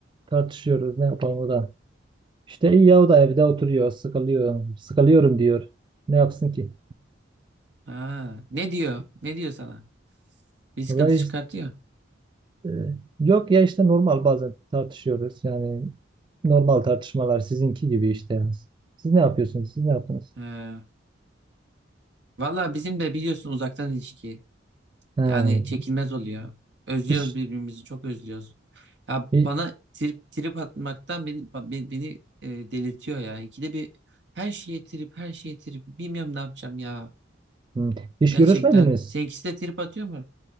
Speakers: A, on the right; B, on the right.
A: Tartışıyoruz ne yapalım o da. İşte iyi ya o da evde oturuyor sıkılıyor. Sıkılıyorum diyor. Ne yapsın ki?
B: Ha, ne diyor? Ne diyor sana? Bir sıkıntı
A: Vallahi
B: çıkartıyor.
A: işte, e, yok ya işte normal bazen tartışıyoruz. Yani normal tartışmalar sizinki gibi işte. Siz ne yapıyorsunuz? Siz ne yaptınız?
B: He. Valla bizim de biliyorsun uzaktan ilişki.
A: Ha,
B: Yani çekilmez oluyor. Özlüyoruz
A: iş,
B: birbirimizi çok özlüyoruz. Ya
A: i-
B: bana trip trip atmaktan beni ba- be- beni, e, delirtiyor ya. İkide bir her şeye trip, her şeye trip. Bilmiyorum ne yapacağım ya.
A: hı, iş
B: Gerçekten.
A: görüşmediniz.
B: Seninkisi de trip atıyor mu?